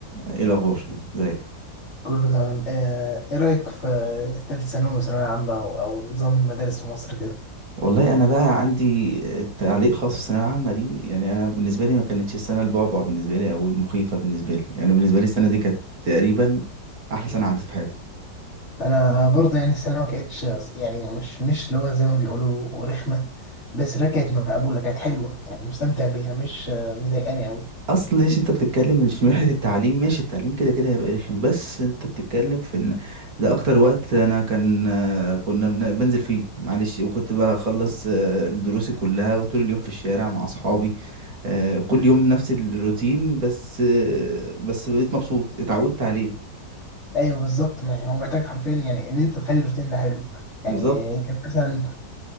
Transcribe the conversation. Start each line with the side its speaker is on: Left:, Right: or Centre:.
Right: ايه الاخبار ازيك
Left: كله تمام آه، ايه رأيك في تالت ثانوي وثانوية عامة او أو نظام المدارس في مصر كده
Right: والله انا بقى عندي آه، تعليق خاص في الثانويه العامه دي يعني انا بالنسبه لي ما كانتش السنه البعبع بالنسبه لي او المخيفه بالنسبه لي يعني بالنسبه لي السنه دي كانت تقريبا احلى سنه عدت في حياتي
Left: انا برضه يعني السنة ما كانتش يعني مش مش اللي هو زي ما بيقولوا رخمة بس لا كانت مقبولة كانت حلوة يعني مستمتع بيها مش آه، مضايقاني قوي
Right: اصل ليش انت بتتكلم مش من ناحيه التعليم ماشي التعليم كده كده هيبقى رخم بس انت بتتكلم في ان ده اكتر وقت انا كان آه، كنا بن- بنزل فيه معلش وكنت بخلص آه، دروسي كلها طول اليوم في الشارع مع اصحابي آه، كل يوم نفس الروتين بس آه، بس بقيت مبسوط اتعودت عليه
Left: ايوه بالظبط ما هو محتاج حرفيا يعني ان انت تخلي الروتين ده حلو يعني
Right: بالظبط
Left: كان مثلا